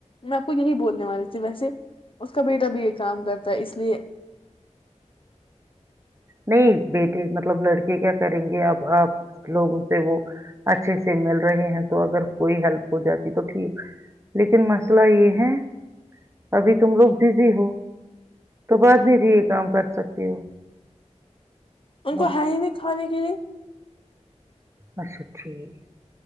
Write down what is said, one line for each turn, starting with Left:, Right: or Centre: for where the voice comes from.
Left: میں آپ کو یہی بولنے والی تھی ویسے اس کا بیٹا بھی یہ کام کرتا ہے اس لیے
Right: نہیں بیٹے مطلب لڑکے کیا کریں گے اب آپ لوگوں سے وہ اچھے سے مل رہے ہیں تو اگر کوئی ہیلپ ہو جاتی تو ٹھیک لیکن مسئلہ یہ ہے ابھی تم لوگ بزی ہو تو بعد میں ج یہ کام کر سکتے ہو
Left: ان کو
Right: اب
Left: ہے ہی نہیں کھانے کے لیے
Right: اچھا ٹھیک